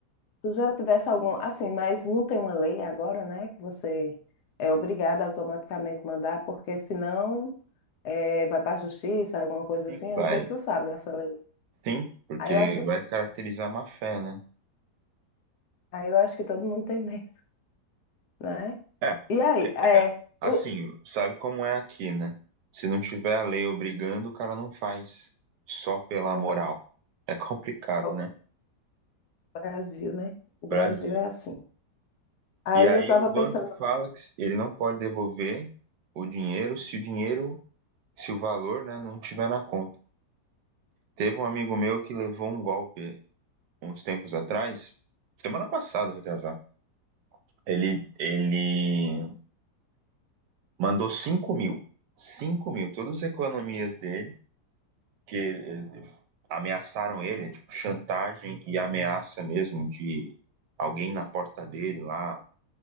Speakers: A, on the left; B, on the right.
A: tu já tivesse algum, assim, mas não tem uma lei agora, né, que você é obrigado a automaticamente mandar, porque senão eh, vai para a justiça, alguma coisa
B: Sim,
A: assim. Eu
B: vai.
A: não sei se tu sabe dessa lei.
B: Sim, porque
A: Aí eu acho que
B: vai caracterizar má fé, né?
A: Aí eu acho que todo mundo tem medo, né?
B: É,
A: E aí, é,
B: é, assim,
A: o,
B: sabe como é aqui, né? Se não tiver a lei obrigando, o cara não faz só pela
A: é
B: moral.
A: o, Ba-
B: É complicado,
A: o
B: né?
A: Brasil, né? O
B: Brasil.
A: Brasil é assim. Aí
B: E aí
A: eu tava
B: o banco
A: pensando,
B: fala que ele não pode devolver o dinheiro se o dinheiro, se o valor, né, não tiver na conta. Teve um amigo meu que levou um golpe uns tempos atrás, semana passada, retrasado. Ele, ele Mandou 5 mil. cinco mil. Todas as economias dele, que ele- ele- ameaçaram ele, tipo, chantagem e ameaça mesmo de alguém na porta dele lá